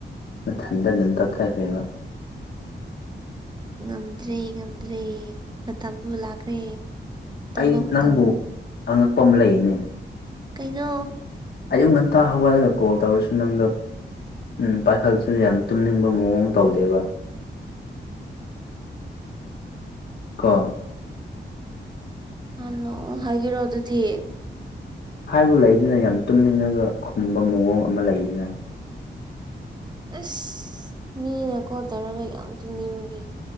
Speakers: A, on the left; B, on the right.
A: ꯃꯊꯟꯇ ꯑꯗꯨꯝ ꯇꯞꯊꯈ꯭ꯔꯦꯕ
B: ꯉꯝꯗ꯭ꯔꯦ ꯉꯝꯗ꯭ꯔꯦ ꯃꯇꯝꯗꯨ ꯂꯥꯛꯈ꯭ꯔꯦ ꯇꯨꯝꯕ
A: ꯑꯩ
B: ꯃꯇꯝ
A: ꯅꯪꯕꯨ ꯑꯉꯛꯄ ꯑꯃ ꯂꯩꯅꯦ
B: ꯀꯩꯅꯣ
A: ꯑꯌꯨꯛ ꯉꯟꯇꯥ ꯍꯧꯒꯠꯂꯒ ꯀꯣꯜ ꯇꯧꯔꯁꯨ ꯅꯪꯗꯣ ꯎꯝ ꯄꯥꯏꯈꯠꯁꯨ ꯌꯥꯝ ꯇꯨꯝꯅꯤꯡꯕ ꯃꯑꯣꯡ ꯇꯧꯗꯦꯕ ꯀꯣ
B: ꯍꯜꯂꯣ ꯍꯥꯏꯒꯦꯔꯣ ꯑꯗꯨꯗꯤ
A: ꯍꯥꯏꯕꯨ ꯂꯩꯗꯨꯅ ꯌꯥꯝ ꯇꯨꯝꯅꯤꯡꯉꯒ ꯈꯨꯝꯕ ꯃꯑꯣꯡ ꯑꯃ ꯂꯩꯗꯅ
B: ꯑꯁ ꯃꯤꯅ ꯈꯣꯠꯇꯔꯒ ꯌꯥꯝ ꯇꯨꯅꯤꯡꯕꯤ